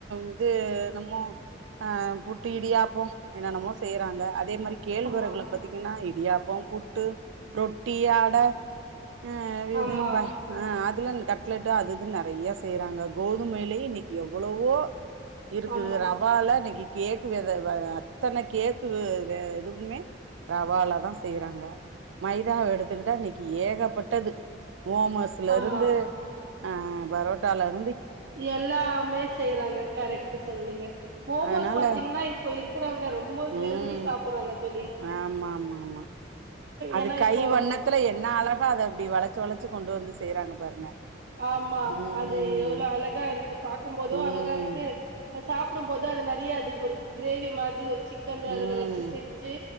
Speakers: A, on the right (about 85°); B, on the right (about 55°).
A: இது நம்மோ ஆ புட்டு இடியாப்போ என்னென்னமோ செய்றாங் ல அதே மாரி கேழ்வறகுள
B: ஆமா
A: பாத்தீங்கன்னா இடியாப்பம், புட்டு, ரொட்டி, அட ஆ அது
B: ஆமா
A: எதுன்பா அ அதுலா இந் கட்லட்டு அது ட்டது நறைய செய்றாங்க கோதுமையிலயே இன்னிக்கி எவ்வளவோ இருக்குது
B: ஆமா
A: ரவால இன்னக்கி கேக்கு வெத வ அத்தன கேக்கு வ வே எதுவுமே ரவால தா செய்றாங்க மைதாவ எடுத்துக்குட்டா நீ ஏகப்பட்டது ஓமஸ்ல
B: ஆமா
A: ருந்து ஆஹ பரோட்டால ருந்து
B: எல்லாமே செய்றாங்க கரெக்ட்டா சொன்னீங்க மோமோஸ்
A: அதனால
B: பாத்தீங்கன்னா இப்போ இருக்கிற ரொம்ப
A: ம்
B: விரும்பி சாப்புட்றாங்க தோழி
A: ஆமா ஆமா ஆமா அது
B: ஏன்னா
A: கை
B: இப்போ
A: வண்ணத்துல என்ன அழகா அத அப்டி வளச்சு வளச்சு கொண்டு வந்து செய்றாங்க பாருங்க
B: ஆமா
A: ம்
B: அது எவ்ளோஅழகா ருக்கு பாக்கும்போது
A: ம்
B: அழகா ருக்கு சாப்புடும் போது அது நெறையா அது ஒரு கிரேவி மாரி ஒரு சிக்கன் அதுல
A: ம்
B: வச்சு செஞ்சு